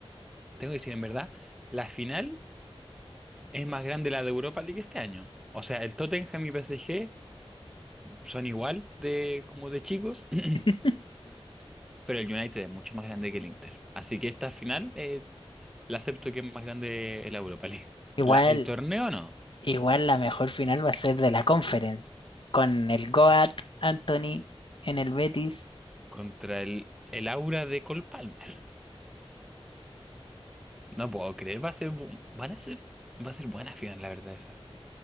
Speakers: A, in the centre; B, on the left.
A: tengo que decir, en verdad, la final es más grande la de Europa League este año. O sea, el Tottenham y PSG son igual de como de chicos. <clears throat>
B: <laughs>
A: Pero el United es mucho más grande que el Inter. Así que esta final eh, la acepto que es más grande el Europa League.
B: igual,
A: La, el torneo no.
B: igual la mejor final va a ser de la Conference. Con el Goat Anthony en el Betis.
A: Contra el, el Aura de Cole Palmer. No puedo creer. Va a ser, bu- van a ser, va a ser buena final, la verdad, esa.